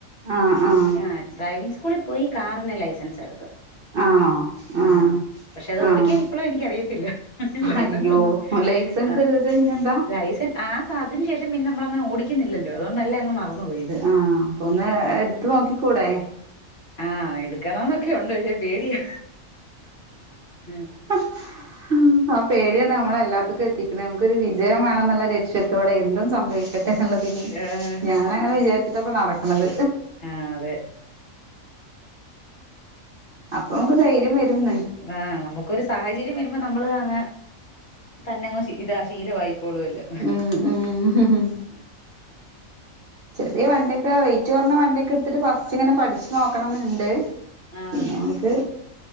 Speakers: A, on the right (about 50°); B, on the left (about 50°).
A: ആഹ് ആഹ്
B: ആ ഡ്രൈവിംഗ് സ്കൂളിൽ പോയി കാറിന്റെ ലൈസൻസ് എടുത്തത്ത്
A: ആണോ ആഹ്
B: ആ പക്ഷെ അത്
A: ആഹ്
B: ഓടിക്കാനിപ്പളു എനിക്കറിയത്തില്ല ലൈസെൻസൊണ്ട്
A: അയ്യോ ലൈസൻസ്
B: അ
A: എടുത്തിട്ട് പിന്നെന്താ
B: ലൈസെൻ ആഹ് ആസതിനു ശേഷം പിന്നമ്മളങ്ങനോടിക്കിന്നില്ലല്ലോ അത്കൊണ്ടെല്ലം അങ്ങ് മറുന്നുപോയി
A: ആ അപ്പൊ ഒന്ന് എട്ത്തുനോക്കിക്കൂടെ
B: ആഹ് എടുക്കണോന്നൊക്കെ ഒണ്ട് പക്ഷെ പേടിയാ ഉം
A: ഉം ഉം ആ പേടിയാണ് നമ്മളെല്ലാത്തുക്കു എത്തിക്ക്ണേ. നമ്ക്കൊരു വിജയം വേണന്നൊള്ള ലക്ഷ്യത്തോടെ എന്തും സംഭവിക്കട്ടെന്നുള്ള
B: ഏഹ്
A: ഞാനങ്ങനെ വിചാരിച്ചിട്ടപ്പനടക്കണത്
B: ആഹ് അതെ
A: അപ്പൊ നമ്ക്ക് ധൈര്യം വരുംന്നെ
B: ആഹ് നമുക്കൊരു സാഹചര്യം വരുമ്പോ നമ്മള് അങ്ങ് തന്നെങ്ങ് ശീ ഇതാ ശീലവായിക്കോളൂവല്ലൊ
A: ഉം ഉം ചെറിയ വണ്ടിയൊക്കെ വെയ്റ്റ് കൊറ്ഞ്ഞ വണ്ടിയൊക്കെടുത്തിട്ട് ഫസ്റ്റ് ഇങ്ങനെ പഠിച്ചു നോക്കണന്നിണ്ട്
B: ആഹ്
A: പിന്നെ നമുക്ക്